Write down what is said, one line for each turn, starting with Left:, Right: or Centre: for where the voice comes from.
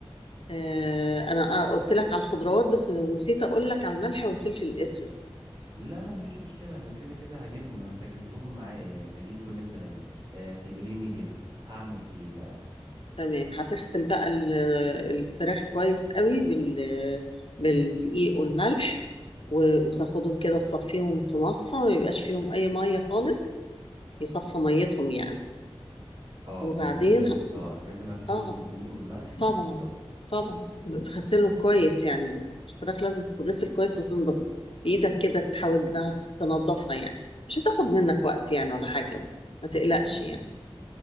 Left: آه، انا آه، قلت لك على الخضروات بس نسيت اقول لك على الملح والفلفل الاسود
Right: لا لا مفيش مشكلة أنا كده كده هجيبهم أنا سجلتهم معايا يعني هجيب كل الكلام ده اعتبريني جبته هعمل إيه بقى
Left: تمام هتغسل بقى ال- الفراخ كويس قوي بال بالدقيق والملح و- وتاخدهم كده تصفيهم في مصفى ما يبقاش فيهم اي ميه خالص يصفوا ميتهم يعني
Right: اه
Left: وبعدين
Right: يعني لازم
Left: ه-
Right: اه لازم أغسلهم
Left: اه
Right: بالدقيق والملح
Left: طبعا
Right: الأول
Left: طبعا تغسلهم كويس يعني الفراخ لازم تتغسل كويس وتنضف بايدك كده تحاول إنها تنضفها يعني مش هتاخد منك وقت يعني ولا حاجه ما تقلقش
Right: تمام
Left: يعني